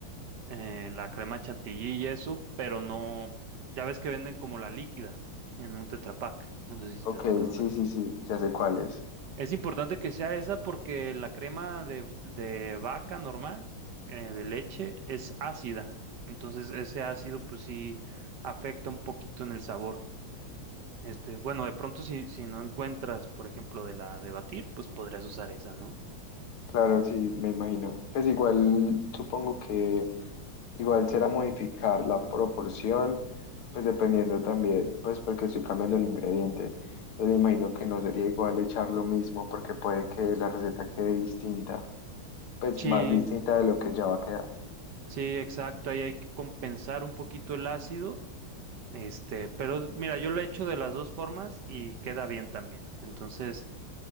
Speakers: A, on the right; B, on the left.
A: eh, la crema chantilly y eso, pero no, ya ves que venden como la líquida en un Tetra Pak, no sé si
B: Ok,
A: te ha tocado
B: sí,
A: ver.
B: sí, sí, ya sé cuál es.
A: Es importante que sea esa porque la crema de, de vaca normal, eh, de leche, es ácida, entonces ese ácido pues sí afecta un poquito en el sabor. Este, bueno, de pronto si, si no encuentras, por ejemplo, de la de batir, pues podrías usar esa, ¿no?
B: Claro, sí, me imagino. Pues igual, supongo que igual será modificar la proporción, pues dependiendo también, pues porque estoy cambiando el ingrediente. Entonces me imagino que no sería igual echar lo mismo porque puede que la receta quede distinta, pues
A: Sí,
B: más distinta de lo que ya va a quedar.
A: sí, exacto. Ahí hay que compensar un poquito el ácido Este, pero mira, yo lo he hecho de las dos formas y queda bien también. Entonces,